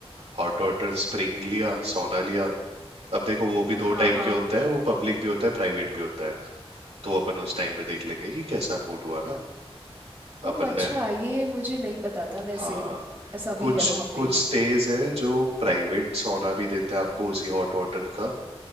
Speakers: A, on the right; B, on the right.
A: हॉट वाटर स्प्रिंग लिया सोना लिया अब देखो वो भी दो
B: हाँ
A: टाइप
B: हाँ
A: के होते हैं वो पब्लिक भी होता है प्राइवेट भी होता है तो अपन उस टाइम पे देख लेंगे कि कैसा मूड हुआ ना
B: ओ
A: अपन
B: अच्छा
A: ने
B: ये मुझे नहीं पता था वैसे
A: हाँ
B: ऐसा
A: कुछ
B: भी है वहाँ
A: कुछ
B: पे
A: स्टेज है जो प्राइवेट सोना भी देते हैं आपको उसी हॉट वाटर का